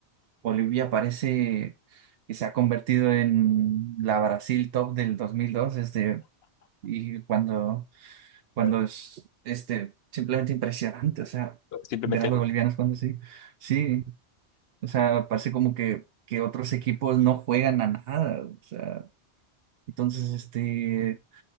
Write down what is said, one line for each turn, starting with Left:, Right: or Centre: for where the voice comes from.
Right: Bolivia parece que se ha convertido en la Brasil top del 2002 este, y cuando, cuando
Left: Eh,
Right: es este, simplemente impresionante, o sea,
Left: Simplemente
Right: ver a
Left: es
Right: los
Left: Bolivia.
Right: bolivianos cuando sí, sí, o sea, parece como que, que otros equipos no juegan a nada, o sea, entonces, este,